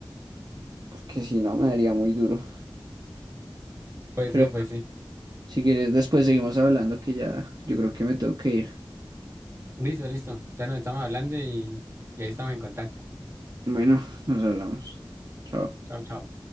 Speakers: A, on the right; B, on the right.
A: Porque si no me daría muy duro.
B: Pues
A: Pero
B: sí,
A: bueno,
B: pues sí.
A: si quieres después seguimos hablando que ya yo creo que me tengo que ir.
B: Listo, listo. Entonces nos estamos hablando y, y ahí estamos en contacto.
A: Bueno, nos hablamos. Chao.
B: Chao, chao.